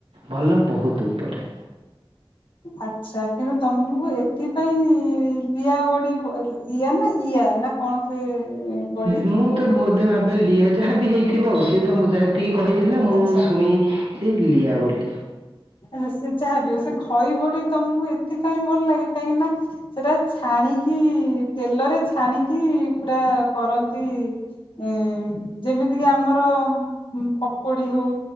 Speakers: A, on the right; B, on the left.
A: ଭଲ ବହୁତ ଉପରେ।
B: ଆଚ୍ଛା କିନ୍ତୁ ତମକୁ ଏଥିପାଇଁ ଦିଆ ବଡିି ଆରେ ଇଆ ନା ଇ ଆ ନା କଣ? ସେ ବଡି
A: ମୁଁ ତ ବହୁତୁ ଭାବେ ଲିଆ ଯାହାବି ହେଇଥିବ ଆଉ। ସିଏ ତ ଯାହା ଟିକେ କହିଥିଲା ମୁଁ
B: ଆଚ୍ଛା
A: ଶୁଣିଲି ଲିଆ ବୋଲି।
B: ଆଚ୍ଛା ସେ ଯାହାବି ହଉ, ସେ ଖଇ ବଡ଼ି ତମକୁ ଏ ସେଥିପାଇଁ ଭଲ ଲାଗେ କାହିଁକି ନା ସେଟା ଛାଣିକି ତେଲରେ ଛାଣିକି ପୁରା ଆ କରନ୍ତି। ଉଁ ଯେମିତି କିି ଆମର ପକୋଡି ହୋଉ